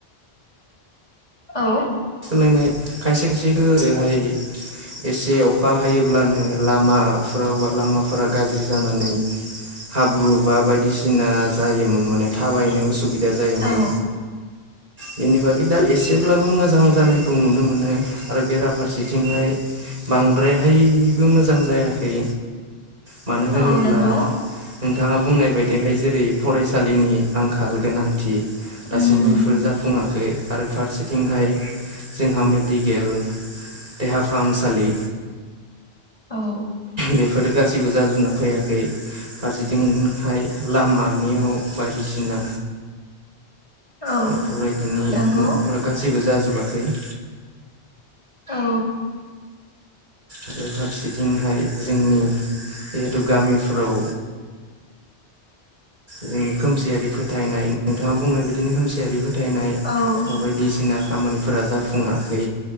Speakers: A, on the left; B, on the right.
A: औ
B: सोलायनाय खायसे खायसे खायसे <unintelligible> एसे अखा हायोब्लानो लामाफ्राव बा लामाफोरा गाज्रि जानानै हाब्रु बा बायदिसिना जायोमोन माने थाबायनो उसु <unintelligible> जायोमोन।
A: औ
B: बेनि बागै दा एसेब्लाबो मोजां जानायखौ नुनो मोनो आरो बेरा फार सेथिंजाय बांद्रायहाय मोजां जायाखै। मानो होनोब्ला
A: औ नंगौ
B: नोंथाङा बुंनाय बायदिहाय जेरै फरायसालिनि आंखाल गोनांथि। दासिमबो
A: उम
B: बेफोर जाफुङाखै। आरो फारसेथिंहाय। जोंहा मेडिकेल देहा फाहामसालि।
A: औ।
B: बेफोरो गासिबो जाजोबना फैयाखै फारसेथिंहाय लामानियाव बायदिसिना।
A: औ
B: बेफोरबायदिनि
A: नंगौ
B: माबाफोरा गासैबो जाजोब <unintelligible>
A: औ।
B: आरो फारसेथिंहाय जोंनि जिहेथु गामिफ्राव जोंनि खोमसियारि फोथायनाय नोंथाङा बुंनो बिदिनो खोमसियारि फोथायनाय
A: औ
B: बायदिसिना। खामानिफोरा जाफुङाखै।